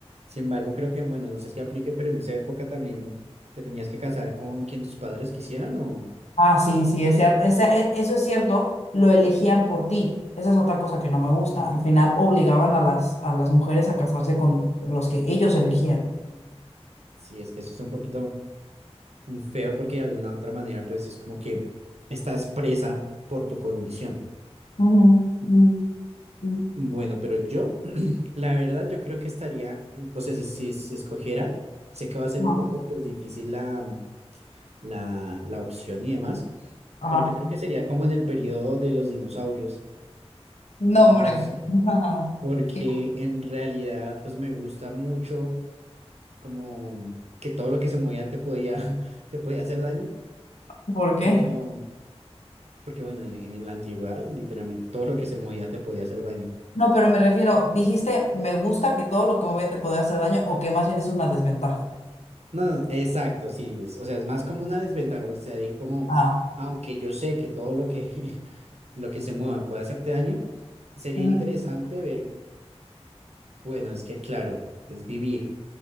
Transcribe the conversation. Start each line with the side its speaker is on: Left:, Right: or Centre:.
Right: Sin embargo, creo que, bueno, no sé si aplique, pero en esa época también te tenías que casar con quien tus padres quisieran o...
Left: Ah, sí, sí, es cierto. eso es cierto, lo elegían por ti. Esa es otra cosa que no me gusta. Al final obligaban a las, a las mujeres a casarse con los que ellos elegían.
Right: Sí, es que eso es un poquito mm, feo porque de alguna otra manera pues es como que estás presa por tu condición.
Left: Ujú, ujú, ujú,
Right: Bueno, pero yo, <clears throat> la verdad, yo creo que estaría, mm, o sea, si, si se escogiera, sé que va a ser
Left: ajá.
Right: un poco pues difícil la, la, la opción y demás,
Left: Ajá.
Right: pero yo creo que sería como en el periodo de los dinosaurios,
Left: No,
Right: no
Left: hombre.
Right: sé,
Left: <laughs> Ajá.
Right: porque
Left: ¿Qué?
Right: en realidad pues me gusta mucho como que todo lo que se movía te podía, <laughs> te podía hacer daño,
Left: ¿Por qué?
Right: pero... Porque bueno, en, en la antigüedad literalmente todo lo que se movía te podía hacer daño.
Left: No, pero me refiero, dijiste, me gusta que todo lo que me ve te puede hacer daño o que más bien es una desventaja.
Right: No, no, exacto, sí, es- o sea, es más como una desventaja, o sea, dije como,
Left: Ah.
Right: aunque yo sé que todo lo que, <laughs> lo que se mueva puede hacerte daño, sería
Left: Ujú,
Right: interesante ver, bueno, es que claro, es vivir,